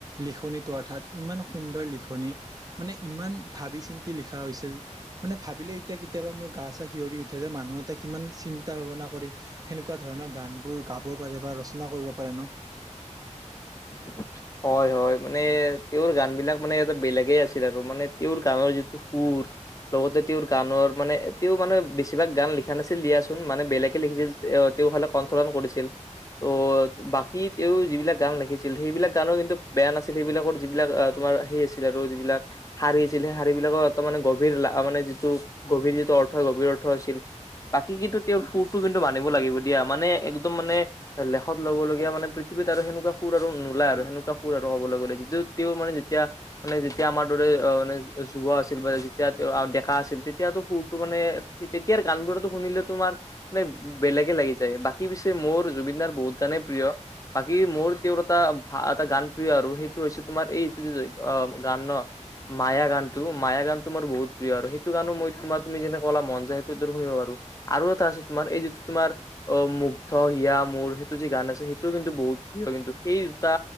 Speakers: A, on the right (about 30°); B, on the left (about 25°).
A: লিখনিটো অৰ্থাৎ ইমান সুন্দৰ লিখনি। মানে ইমান ভাবি চিন্তি লিখা হৈছিল। মানে ভাবিলে এতিয়া কেতিয়াবা মোৰ গা চা সিঞঁৰি উঠে যে মানুহ এটা কিমান চিন্তা ভাৱনা কৰি সেনেকুৱা ধৰণৰ গান বোৰ গাব পাৰে বা ৰচনা কৰিব পাৰে ন।
B: <inaudible> হয় হয়, মানে তেওঁৰ গান বিলাক মানে এটা বেলেগে আছিল আৰু মানে তেওঁৰ গানৰ যিটো সুৰ, লগতে তেওঁৰ গানৰ মানে তেওঁ মানে বেছিভাগ গান লিখা নাছিল দিয়াচোন মানে বেলেগে লিখিছিল। এ তেওঁ ফালে কণ্ঠলন কৰিছিল। ত বাকী তেওঁ যিবিলাক গান লিখিছিল সেইবিলাক গানো কিন্তু বেয়া নাছিল, সেইবিলাকৰ যিবিলাক অঁহ তোমাৰ সেই আছিল আৰু যিবিলাক শাৰী আছিল, সেই শাৰী বিলাকৰ তাৰ মানে গভীৰ মানে যিটো গভীৰ যিটো অৰ্থ গভীৰ অৰ্থ আছিল। বাকী কিটো তেওঁৰ সুৰটো কিন্তু মানিব লাগিব দিয়া মানে একদম মানে। লেখত ল'ব লগগীয়া মানে পৃথিৱীত আৰু সেনেকুৱা সুৰ আৰু নোলায় আৰু, সেনেকুৱা সুৰ আৰু কবলৈ গ'লে, যিটো তেওঁ মানে যেতিয়া মানে যেতিয়া আমাৰ দৰে মান যুৱ আছিল বা যেতিয়া ডেকা আছিল, তেতিয়াতো সুৰতটো মানে তেতিয়াৰ গানবোৰতো শুনিলে তোমাৰ মানে বেলেগে লাগি যায়, বাকী পিছে মোৰ জুবিনদাৰ বহুত গাণে প্ৰিয়। বাকি মুৰ তেওঁৰ এটা ভা এটা গান প্ৰিয় আৰু সেইটো হৈছে তোমাৰ এই যে অ' গান মায়া গানতটো, মায়া গান তোমাৰ বহুত প্ৰিয়। আৰু সেইটো গানো মই তোমাৰ তুমি যেনে ক'লা মন যায় সেইটো শুনিব পাৰো। আৰু এটা আছে, তোমাৰ এই যিটো তোমাৰ অ', মুগ্ধ হিয়া মোৰ সেইটো যি গান আছে, সেইটোও কিন্তু বহুত প্ৰিয় কিন্তু। সেই টা